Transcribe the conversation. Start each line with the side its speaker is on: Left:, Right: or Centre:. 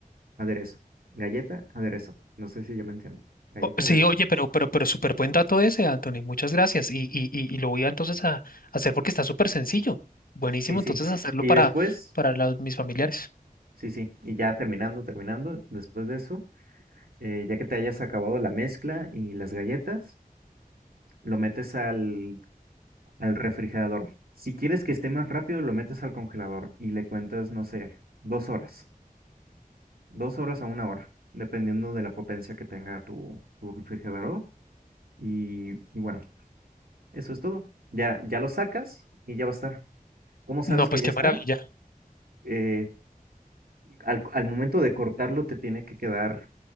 Right: aderezo, galleta, aderezo. No sé si ya me entiendes. Galleta,
Left: O- sí,
Right: aderezo.
Left: oye, pero, pero, pero súper buen dato ese, Anthony, muchas gracias. Y, y, y, y lo voy a entonces a, hacer porque está súper sencillo. Buenísimo,
Right: Sí, sí.
Left: entonces hacerlo
Right: Y
Left: para,
Right: después,
Left: para los- mis familiares.
Right: sí, sí. Y ya terminando, terminando, después de eso, eh, ya que te hayas acabado la mezcla y las galletas, lo metes al al refrigerador. Si quieres que esté más rápido, lo metes al congelador y le cuentas, no sé, dos horas, dos horas a una hora, dependiendo de la potencia que tenga tu, tu refrigerador. Y, y bueno, eso es todo. Ya, ya lo sacas y ya va a estar. ¿Cómo sabes
Left: No, pues
Right: que ya
Left: qué
Right: está?
Left: maravilla.
Right: Eh, al, al momento de cortarlo te tiene que quedar